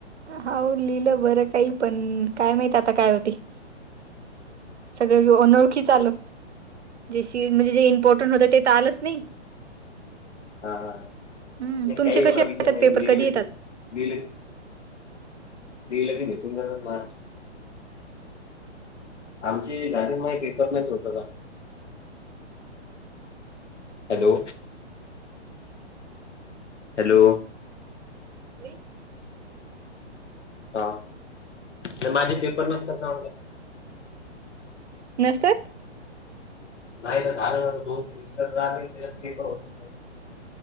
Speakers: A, on the right; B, on the left.
A: होऊ लिलं बरं काही पण काय माहित आता काय होती सगळ अनोळखी चाल जेशी म्हणजे जे इम्पॉर्टंट होते ते त आलच नाही
B: हा नाही
A: हम्म तुमचे
B: काही एवढा
A: कसे
B: विषय
A: येतात
B: नाही
A: पेपर कधी
B: लिली
A: येतात
B: लल दिलं की मी तुम म मा मारक्स आमची गाडी म रेफर नाहीच होतं का हॅलो हॅलो
A: नि
B: हा तर माझे पेपर नसतात ना आला
A: नसतात
B: नाही ना झालं दोन तीनस्टर राले ते पण होतच नाही